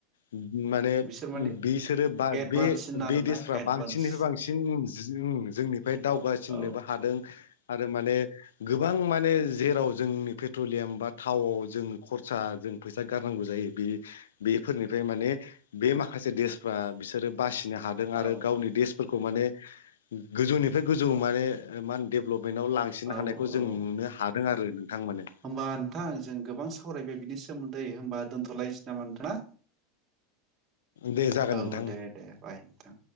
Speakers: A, on the left; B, on the right.
A: माने
B: बिसोर माने
A: बिसोरो बा
B: एडभान्ससिन
A: बे
B: आरोना
A: बेेश्रा
B: एडभान्स
A: बांसिननिफ्राय बांसिन <unintelligible> जोंनिफ्राय दावगासिननोबो
B: औ
A: हादों आरो माने गोबां माने जेराव जोंनि पेट्रलियाम बा थावाव जों खरसा जों फैसा गारनांगौ जायो बे बेफोरनिफ्राय माने बे माखासे देसफ्रा बिसोरो बासिनो हादों
B: औ
A: आरो गावनि देस फोरखौ माने गोजौनिफ्राय गोजौ मा माने मा होनो डेभलपमेन्टाव लांसिननो
B: औ
A: हानायखौ जों
B: औ
A: नुनो हादों आरो नोंथां माने।
B: होमबा नोंथां जों गोबां सावरायबाय बिनि सोमोन्दै होमबा दोनथ'लायनोसै नामा नोंथाङा?
A: दे जागोन
B: औ
A: नोंथां
B: दे-दे बाय नोंथां।